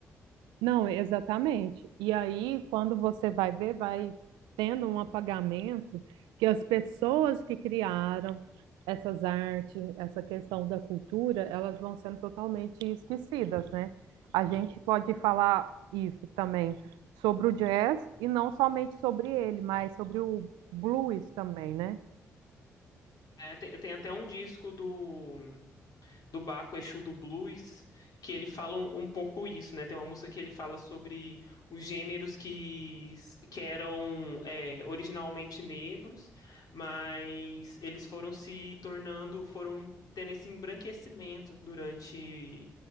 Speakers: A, on the right; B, on the left.
A: Não, exatamente. E aí, quando você vai ver, vai tendo um apagamento que as pessoas que criaram essas artes, essa questão da cultura, elas vão sendo totalmente esquecidas, né? A gente pode falar isso também sobre o jazz e não somente sobre ele, mas sobre o blues também, né?
B: É, tem, tem até um disco do do Baco Exu do Blues, que ele fala um, um pouco isso, né? Tem uma música que ele fala sobre os gêneros que, que eram é, originalmente negros, mas eles foram se tornando, foram tendo esse embranquecimento durante,